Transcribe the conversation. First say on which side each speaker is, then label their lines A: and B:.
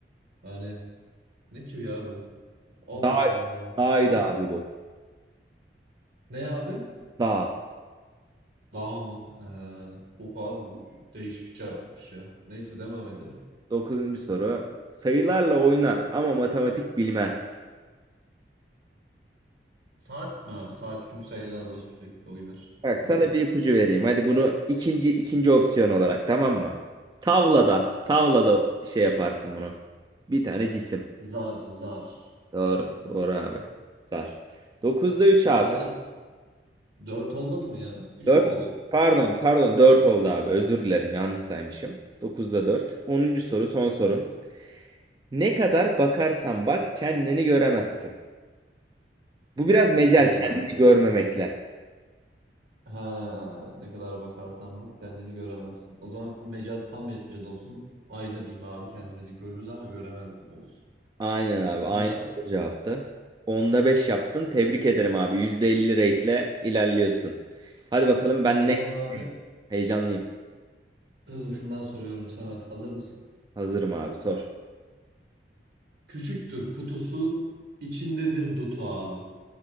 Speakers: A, on the right; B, on the right.
A: Yani ne ki ya bu? Allah
B: Dağ,
A: Allah.
B: dağydı
A: Bir,
B: abi bu.
A: ne abi?
B: Dağ.
A: Dağ mı? He, çok abi bu değişik bir şey yapmış ya. Neyse devam edelim.
B: Dokuzuncu soru. Sayılarla oynar ama matematik bilmez.
A: Saat mi abi? Saat çünkü sayılarla sürekli oynar.
B: Bak
A: Olur
B: sana
A: mu?
B: bir ipucu vereyim. Hadi bunu ikinci ikinci opsiyon olarak tamam mı? Tavlada. Tavlada şey yaparsın bunu. Bir tane cisim.
A: Zar zar.
B: Doğru. Doğru abi. Sar. 9'da 3
A: Dokuzda
B: abi.
A: 4 olmadı mı ya? 3
B: 4,
A: mü oldu?
B: Pardon, pardon 4 oldu abi. Özür dilerim. Yanlış saymışım. Dokuzda 4. Onuncu soru son sorun. Ne kadar bakarsan bak kendini göremezsin. Bu biraz mecel
A: Ne kadar?
B: kendini görmemekle.
A: Ha, ne kadar bakarsan bak kendini göremezsin. O zaman mecaz tam mecaz olsun. Ayna diyeyim abi kendimizi görürüz ama göremez gibi olsun.
B: Aynen abi. Aynen
A: Ne cevap?
B: doğru cevaptı. Onda 5 yaptın. Tebrik ederim abi. %50 rate'le ilerliyorsun. Hadi bakalım ben
A: O zaman
B: ne
A: abi
B: heyecanlıyım.
A: hızlısından soruyorum sana. Hazır mısın?
B: Hazırım abi sor.
A: Küçüktür kutusu, içindedir dutu abi.